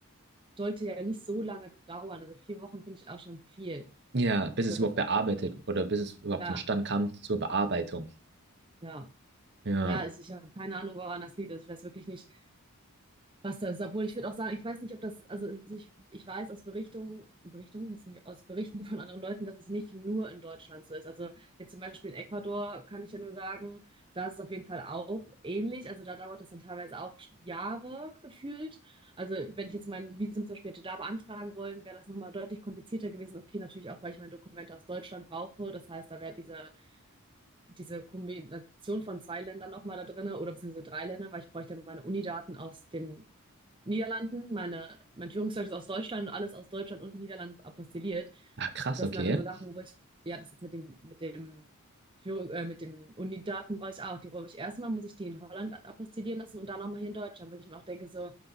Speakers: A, on the right (about 20°); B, on the right (about 50°).
A: sollte ja nicht so lange dauern. Also vier Wochen finde ich auch schon viel.
B: Ja, bis es
A: So, das,
B: überhaupt bearbeitet oder bis es überhaupt
A: ja,
B: zum Stand kam zur Bearbeitung.
A: ja.
B: Ja.
A: Ja, also ich habe keine Ahnung, woran das liegt. Also ich weiß wirklich nicht, was da ist. Obwohl ich würde auch sagen, ich weiß nicht, ob das, also ich, ich weiß aus Berichtungen, Berichtungen, jetzt nicht aus Berichten von anderen Leuten, dass es nicht nur in Deutschland so ist. Also jetzt zum Beispiel in Ecuador kann ich ja nur sagen, da ist es auf jeden Fall auch ähnlich. Also da dauert das dann teilweise auch Jahre gefühlt. Also wenn ich jetzt mein Visum zum Beispiel hätte da beantragen wollen, wäre das nochmal deutlich komplizierter gewesen. Okay, natürlich auch, weil ich meine Dokumente aus Deutschland brauche. Das heißt, da wäre diese, diese Kombination von zwei Ländern nochmal da drin oder beziehungsweise drei Ländern, weil ich bräuchte ja meine Unidaten aus den Niederlanden, meine, mein Führungszeug ist aus Deutschland und alles aus Deutschland und Niederlanden apostilliert.
B: Ach, krass,
A: Das
B: okay.
A: sind dann so Sachen, wo ich, ja, das ist mit dem, mit dem Führung, äh, mit den Unidaten brauche ich auch. Die brauche ich erstmal, muss ich die in Holland apostillieren lassen und dann nochmal hier in Deutschland, wo ich mir auch denke, so,